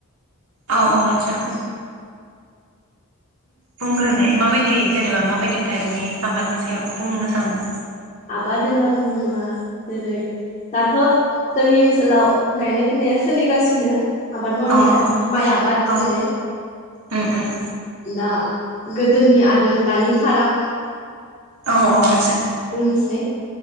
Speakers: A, on the right; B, on the left.
A: अ अ आदसा।
B: ओ
A: बुंग्रोनाय माबायदि। जेनेबा माबायदि टाइपनि आबादनि सायाव बुंनो सानदों।
B: आबाद होनना बुङोब्ला जेरै दाथ जोंनि ओनसोलाव गायनाय फुनाया सोलिगासिनो। आबाद मावनाया
A: अ अ
B: माइ आबाद
A: अ
B: जेरै
A: उम उम
B: दा। गोदोनि आरो दानि फाराग।
A: औ औ आदसा।
B: बुंनिसै